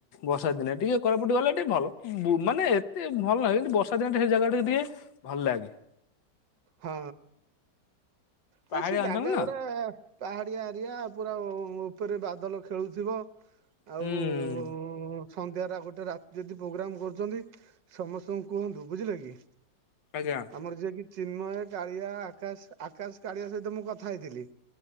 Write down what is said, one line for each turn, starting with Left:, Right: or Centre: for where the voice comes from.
Left: ବର୍ଷା ଦିନେ ଟିକେ କୋରାପୁଟ ଗଲେ ଟିକେ ଭଲ ବୁ ମାନେ ଏ ଏତେ ଭଲ ଲାଗେନି ବର୍ଷା ଦିନଟେ ହେ ଜାଗା ଟା ଦିଏ ଭଲ ଲାଗେ।
Right: ହଁ ନା
Left: ପାହାଡ଼ିଆ
Right: ସେ ଜାଗା
Left: ଅଞ୍ଚଳ ନା
Right: ଗୁଡା ପାହାଡିଆ ଏରିଆ ପୁରା ଉ ଉପରେ ବାଦଲ ଖେଳୁଥିବ। ଆଉ
Left: ହୁଁ
Right: ଉଁ ସଂନ୍ଧ୍ୟାରେ ଆଉ ଗୋଟେ ରାତି ଯଦି ପ୍ରୋଗ୍ରାମ କରୁଚନ୍ତି ସମସ୍ତଙ୍କୁ କୁହନ୍ତୁ। ବୁଝିଲେ କି?
Left: ଆଜ୍ଞା।
Right: ଆମର ଯିଏକି ଚିନ୍ମୟ, କାଳିଆ, ଆକାଶ। ଆକାଶ୍, କାଳିଆ ସହିତ ମୁଁ କଥା ହେଇଥିଲି।